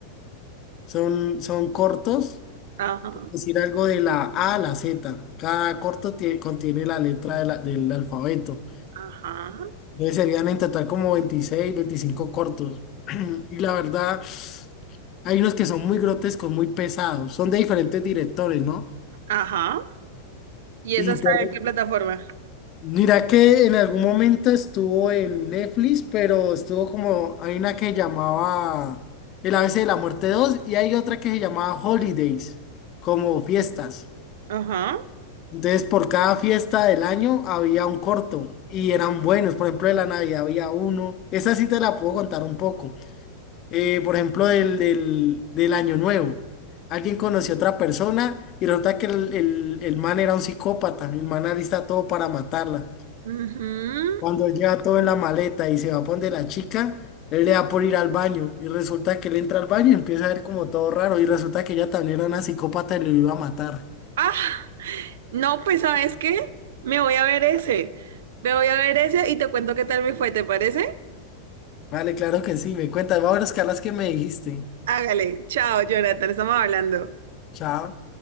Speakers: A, on the left; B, on the right.
A: Son, son cortos.
B: Ajá,
A: decir algo de la A a la Z. Cada corto tie- contiene la letra de la- del alfabeto.
B: ajá,
A: Entonces serían en total como 26, 25 cortos. <clears throat> Y la verdad, hay unos que son muy grotescos, muy pesados. Son de diferentes directores, ¿no?
B: ajá. ¿Y
A: Y
B: esa está
A: te-
B: en qué plataforma?
A: mira que en algún momento estuvo en Netflix, pero estuvo como, hay una que llamaba El ABC de la Muerte 2 y hay otra que se llamaba Holidays, como fiestas.
B: Ajá.
A: Entonces, por cada fiesta del año había un corto y eran buenos. Por ejemplo, de la Navidad había uno. Esa sí te la puedo contar un poco. Eh, por ejemplo, del, del, del Año Nuevo. Alguien conoció a otra persona y resulta que el, el, el man era un psicópata. El man alista todo para matarla.
B: ujú.
A: Cuando lleva todo en la maleta y se va a donde la chica, él le da por ir al baño. Y resulta que él entra al baño y empieza a ver como todo raro. Y resulta que ella también era una psicópata y lo iba a matar.
B: Ah, no, pues ¿sabes qué? Me voy a ver ese. Me voy a ver ese y te cuento qué tal me fue, ¿te parece?
A: Vale, claro que sí, me cuentas. Voy a que me dijiste.
B: Hágale. Chao, Jonathan, estamos hablando.
A: Chao.